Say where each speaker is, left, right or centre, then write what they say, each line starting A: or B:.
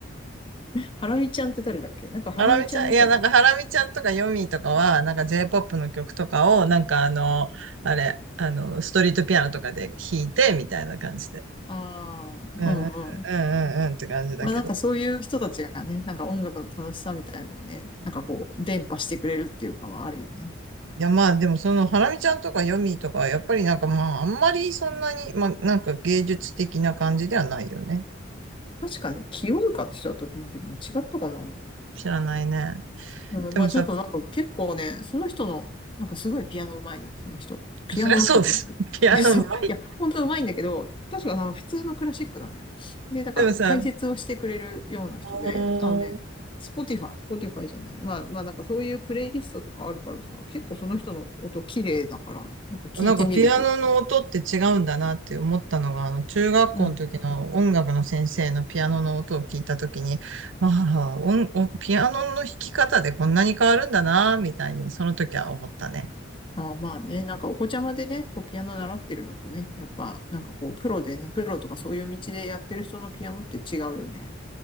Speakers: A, on the left; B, on the right.
A: ハラミちゃんって誰だっけなんかハラミちゃんみたいな。
B: ハラミちゃん、いや、なんか、ハラミちゃんとかヨミーとかは、なんか J-POP の曲とかを、なんかあの、あれ、あの、ストリートピアノとかで弾いて、みたいな感じで。
A: ああ、うんうん。
B: うん、うん、うん、うんうんって感じだけど。
A: まあなんかそういう人たちがね、なんか音楽の楽しさみたいのをね、なんかこう、伝播してくれるっていうかはあるよね。
B: いや、まあ、でもその、ハラミちゃんとかヨミーとかは、やっぱりなんかまあ、あんまりそんなに、まあ、なんか芸術的な感じではないよね。
A: 確かに清塚って人だったと思うけど違ったかな
B: 知らないね。
A: うん、
B: でもさ、
A: まあちょっとなんか結構ね、その人の、なんかすごいピアノ上手いの、その人。ピアノだったと思うんだけど。
B: そりゃそうです。<laughs> ピアノうまい。
A: <laughs> そう。いや、本当上手いんだけど、確かあの、普通のクラシックなのよ。で、なんか解説をしてくれるような人で、
B: でもさ、あー
A: あのね、スポティファイ、スポティファイじゃない。まあまあなんかそういうプレイリストとかあるからさ、結構その人の音綺麗だから、なんか聞いてみると。
B: なんかピアノの音って違うんだなって思ったのが、あの中学校の時の音楽の先生のピアノの音を聞いた時に、
A: うん。
B: ああ、音、音ピアノの弾き方でこんなに変わるんだな、みたいにその時は思ったね。
A: ああまあね、なんかお子ちゃまでね、こうピアノ習ってるのとね、やっぱなんかこうプロでね、プロとかそういう道でやってる人のピアノって違うよね。